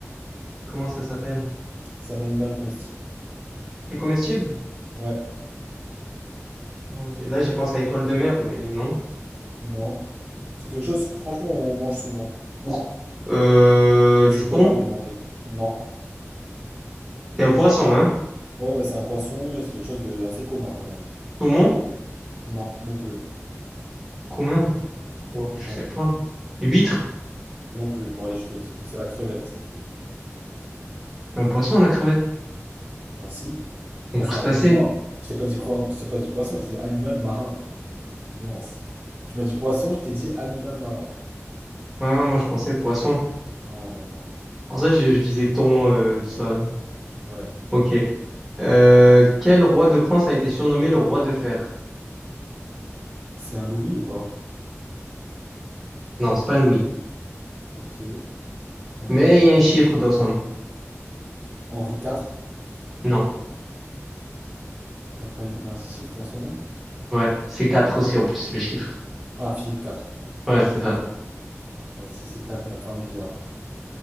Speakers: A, in the centre; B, on the right.
A: Comment ça s'appelle?
B: C'est un animal comestible.
A: C'est comestible?
B: Ouais.
A: Ouais, j'ai- Là, j'ai pensé à étoile de mer, mais non.
B: Non. C'est quelque chose que, franchement, on mange souvent.
A: Bon. Euh,
B: Assez
A: du thon?
B: commun de manger. Non.
A: C'est un poisson, hein?
B: Ouais, ouais, c'est un poisson et c'est quelque chose de assez commun quand même.
A: Saumon?
B: Non, non plus.
A: Commun? Ouais, je
B: Ouais,
A: sais pas. Huître?
B: non plus. Bon, allez, je te le dis. C'est la crevette.
A: C'est un poisson, la crevette.
B: Bah, si.
A: C'est un
B: enfin
A: crustacé.
B: c'est un non, je t'ai pas dit cro. je t'ai pas dit poisson, je t'ai dit animal marin. Nuance. Tu m'as dit poisson, je t'ai dit animal marin.
A: Ah, moi, je pensais poisson.
B: Non, non, non.
A: Pour ça, je, je disais thon, euh, tout ça.
B: Ouais.
A: Ok. Euh, quel roi de France a été surnommé le roi de fer?
B: C'est un Louis ou pas?
A: Non, c'est pas Louis.
B: Ok. Euh,
A: Mais il y a un chiffre dans son nom.
B: Henri IV.
A: Non.
B: Il y a pas eu... y a un chiffre dans son nom?
A: Ouais, c'est 4 aussi en plus, le chiffre.
B: Ah, Philippe IV.
A: Ouais, c'est ça.
B: Ah, si c'est 4, il n'y en a pas un milliard. hein.